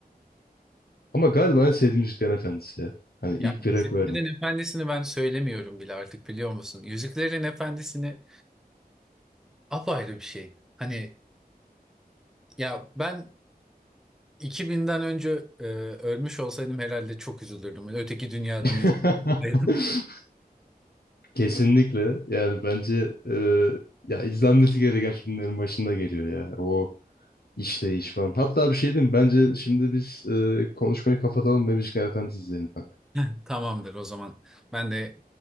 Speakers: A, on the left; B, in the centre.
A: Ama galiba en sevdiğim Yüzükler Efendisi ya. Hani ilk
B: Yani Yüzüklerin
A: bire koyarım.
B: Efendisi'ni ben söylemiyorum bile artık biliyor musun? Yüzüklerin Efendisi'ni apayrı bir şey. Hani ya ben 2000'den önce e, ölmüş olsaydım herhalde çok üzülürdüm. Öteki dünyadan
A: <laughs>
B: izliyordum.
A: Kesinlikle yani bence e, ya izlenmesi gereken filmlerin başında geliyor ya. O işleyiş falan. Hatta bir şey diyeyim mi? bence şimdi biz e, konuşmayı kapatalım ve Müzikler Efendisi izleyelim kanka.
B: <laughs> Tamamdır o zaman. Ben de